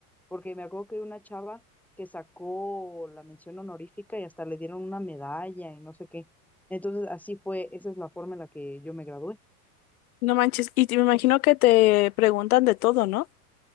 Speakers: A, in the centre; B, on the left.
A: Porque me acuerdo que una chava que sacó la mención honorífica y hasta le dieron una medalla y no sé qué. Entonces, así fue, esa es la forma en la que yo me gradué.
B: no manches. Y te- me imagino que te preguntan de todo, ¿no?